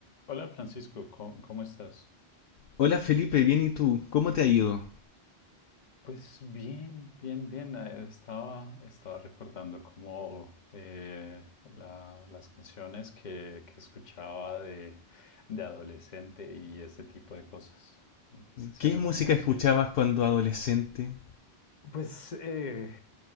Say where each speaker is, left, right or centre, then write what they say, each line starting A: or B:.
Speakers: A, on the left; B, on the left.
A: Hola Francisco, ¿cómo, cómo estás?
B: Hola Felipe, bien y tú, ¿cómo te ha ido?
A: Pues bien, bien, bien. Eh, Estaba, estaba recordando cómo eh, la- las canciones que, que escuchaba de, de adolescente y ese tipo de cosas. Empecé haciendo
B: ¿Qué música
A: como,
B: escuchabas
A: sí,
B: cuando adolescente?
A: Pues eh,